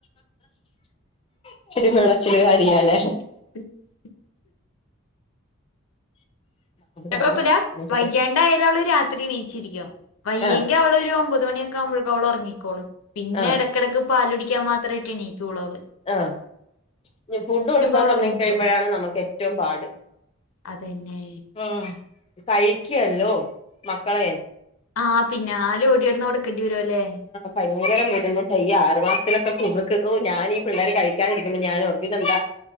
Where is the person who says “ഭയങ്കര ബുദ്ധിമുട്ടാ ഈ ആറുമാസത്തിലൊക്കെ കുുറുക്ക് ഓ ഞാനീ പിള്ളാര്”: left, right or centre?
Left